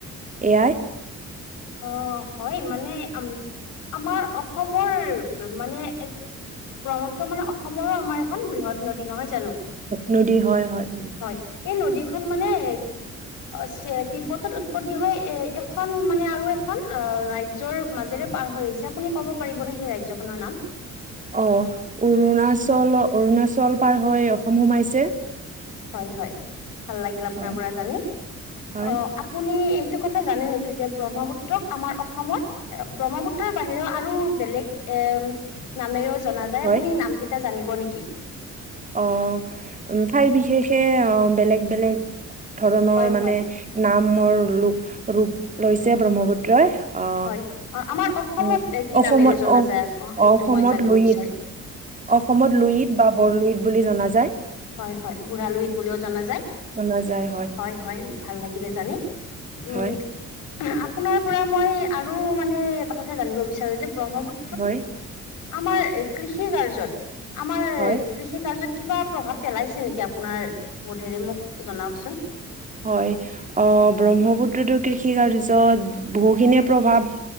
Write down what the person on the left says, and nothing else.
অঁ হয়ঁ মানে আম আমাৰ অসমৰ মানে- ব্ৰহ্মপুত্ৰ মানে অসমৰো আমাৰ এখন বৃহৎ নদী নহয় জানো?
হয়ঁ এই নদীখন মানে- অঁ চি তিব্বতত উৎপত্তি হয়ঁ এখন মানে আওট- আকৌ এখন ৰাজ্যৰ মাজেৰে পাৰ হৈ আহিছে, আপুনি ক'ব পাৰিবনে সেই ৰাজ্যখনৰ নাম?
হঁয় হয়ঁ ভাল লাগিল আপোনাৰ
পৰা জানি
অঁ আপ- আপুনি এইটো কথা জানে নেকি যে ব্ৰহ্মপুত্ৰক আমাৰ অসমত- ব্ৰহ্মপুত্ৰৰ বাহিৰেও আৰু বেলেগ এম নামেৰেও জনা যায়
আপুনি নাম কেইটা জানিব নেকি?
হয় হয়
হয় আমাৰ অসমত
কি
নামেৰে জনা যায় আকৌ, সেইটো
মই জানিব
বিচাৰিম।
হয় হয় বুঢ়া লুইত বুলিও জনা যায়।
হয় হয় ভাল লাগিলে জানি। উম
আপোনাৰ পৰা মই আৰু মানে এটা কথা জানিব বিচাৰো যে ব্ৰহ্মপুত্ৰ
আমাৰ কৃষি কাৰ্যত, আমাৰ
কৃষি কাৰ্যত কিবা প্ৰভাৱ পেলাইছে নেকি আপোনাৰ বোধেৰে মোক জনাওকচোন।